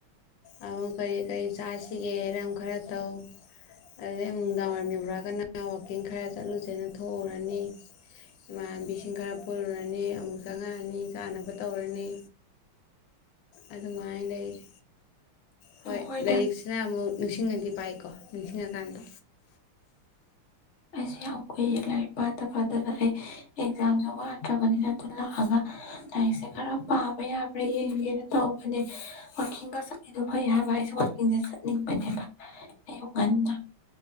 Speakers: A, on the left (about 70°); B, on the left (about 50°).
A: ꯑꯃꯨꯛ ꯀꯔꯤ ꯀꯔꯤ ꯆꯥꯁꯤꯒꯦꯅ ꯑꯃꯨꯛ ꯈꯔ ꯇꯧ ꯑꯗꯨꯗꯩꯨ ꯅꯨꯡꯗꯥꯡ ꯋꯥꯏꯔꯝ ꯌꯧꯔꯛꯑꯒꯅ ꯋꯥꯛꯀꯤꯡ ꯈꯔ ꯆꯠꯂꯨꯁꯦꯅ ꯊꯣꯛꯎꯔꯅꯤ ꯏꯃꯥꯟꯅꯕꯤꯁꯤꯡ ꯈꯔ ꯄꯨꯜꯂꯨꯔꯅꯤ ꯑꯃꯨꯛ ꯆꯪꯉꯛꯑꯅꯤ ꯆꯥꯅꯕ ꯇꯧꯔꯅꯤ ꯑꯗꯨ ꯃꯥꯏ ꯂꯩꯔꯤ ꯍꯣꯏ
B: ꯍꯣꯏꯗ
A: ꯂꯥꯏꯔꯤꯛꯁꯤꯅ ꯑꯃꯨꯛ ꯅꯤꯡꯁꯤꯡꯉꯗꯤ ꯄꯥꯏꯀꯣ ꯃꯤ ꯀꯥꯟꯗ
B: ꯑꯩꯁꯨ ꯌꯥꯝ ꯀꯨꯏꯔ ꯂꯥꯏꯔꯤꯛ ꯄꯥꯠꯇꯕ ꯑꯗꯨꯅ ꯑꯩ ꯑꯦꯛꯖꯥꯝꯁꯨ ꯋꯥꯠꯇ꯭ꯔꯕꯅꯤꯅ ꯑꯗꯨ ꯂꯥꯛꯑꯒ ꯂꯥꯏꯔꯤꯛꯁꯦ ꯈꯔ ꯄꯥꯕ ꯌꯥꯕ꯭ꯔꯥ ꯌꯦꯡꯒꯦꯅ ꯇꯧꯕꯅꯦ ꯋꯥꯋꯥꯛꯀꯤꯡꯒ ꯆꯠꯂꯤꯗꯣ ꯐꯩ ꯍꯥꯏꯕ ꯑꯩꯁꯦ ꯋꯥꯛꯀꯤꯡꯁꯦ ꯆꯠꯅꯤꯡꯕꯅꯦꯕ ꯑꯌꯨ ꯉꯟꯅ